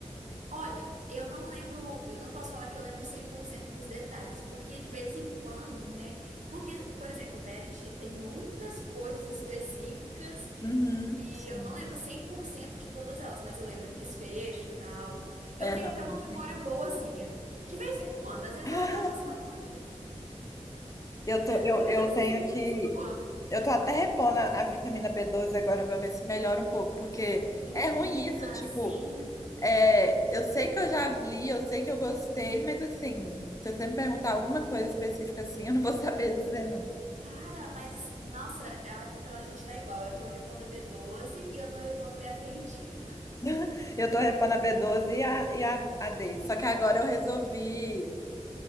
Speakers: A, on the right (about 80°); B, on the left (about 25°).
A: Olha, eu não lembro, eu não posso falar que eu lembro 100% dos detalhes, porque de vez em quando, né? Porque, por exemplo, Verity tem muitas coisas específicas
B: Uhum,
A: e
B: sim.
A: eu não lembro 100% de todas elas, mas eu lembro desfecho e tal. Eu
B: É,
A: tenho
B: não.
A: até uma
B: Sim.
A: memória boazinha. De vez em quando, às vezes
B: <laughs>
A: ela dá umas falhadas.
B: Eu, tô- eu,
A: Mas
B: eu
A: assim,
B: tenho
A: de
B: que.
A: vez em quando.
B: Eu tô até repondo a, a vitamina b doze agora para ver se melhora um pouco, porque
A: Menina,
B: é ruim isso, tipo,
A: sim.
B: é, eu sei que eu já li, eu sei que eu gostei, mas assim, se você me perguntar alguma coisa específica assim, eu não vou <laughs> saber dizer não.
A: Cara, mas nossa, ela- então a gente tá igual. Eu tô repondo a b doze e eu tô repondo minha ferritina.
B: <laughs> Eu tô repondo a b doze e a, e a, a D. Só que agora eu resolvi